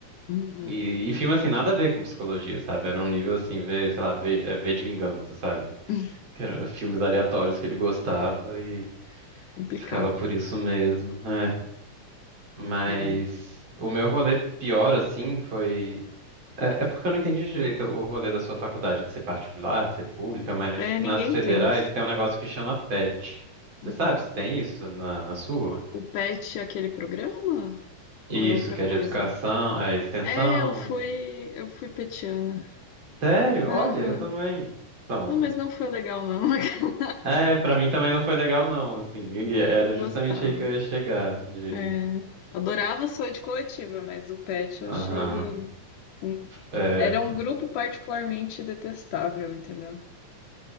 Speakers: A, on the left; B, on the right.
A: Uhum.
B: E, e filme, assim, nada a ver com psicologia, sabe? Era um nível, assim, ver, sei lá, ver, é, ver de vingança, sabe?
A: <laughs>
B: Que eram filmes aleatórios que ele gostava e
A: Complicado.
B: ficava por isso mesmo. É. Mas
A: É.
B: o meu rolê pior, assim, foi. É, é porque eu não entendi direito o rolê da sua faculdade, de ser particular, de ser pública, mas
A: É,
B: nas
A: ninguém
B: federais
A: entende.
B: tem um negócio que chama PET. Você
A: Uhum.
B: sabe se tem isso na, na sua?
A: O PET é aquele programa? Ou
B: Isso,
A: é outra
B: que
A: coisa?
B: é de educação, é extensão.
A: É, eu fui, eu fui petiana.
B: Sério? Olha,
A: Aham.
B: eu também. Então,
A: Não, mas não foi legal, não. <laughs>
B: é, pra mim também não foi legal não, assim. E
A: Não,
B: Era
A: não
B: justamente
A: gostava.
B: aí que eu ia chegar de,
A: É, adorava sua de coletiva, mas o pet eu
B: aham.
A: achei. hum,
B: É,
A: Era um grupo particularmente detestável, entendeu?